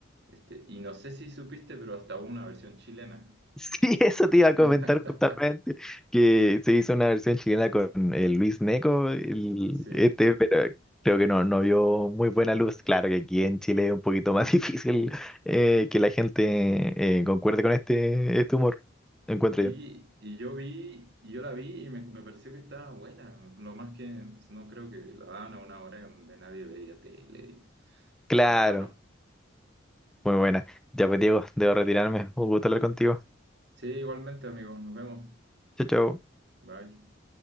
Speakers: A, on the right; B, in the centre.
A: Este, y no sé si supiste, pero hasta hubo una versión chilena.
B: Sí, eso te iba a comentar
A: <laughs>
B: justamente, que se hizo una versión chilena con eh, Luis Gnecco, el,
A: Sí,
B: este, pero creo que no, no vio muy buena luz. Claro que aquí en Chile es un poquito más <laughs> difícil eh, que la gente eh, concuerde con este, este humor, encuentro
A: sí,
B: yo.
A: y yo vi, y yo la vi y me, me pareció que estaba buena. Lo más que pues, no creo que la daban a una hora donde nadie veía tele.
B: Claro,
A: Pero bueno,
B: muy buena. Ya pues Diego, debo retirarme. Un gusto hablar contigo.
A: sí, igualmente amigos, nos vemos.
B: Chao, chao.
A: Bye.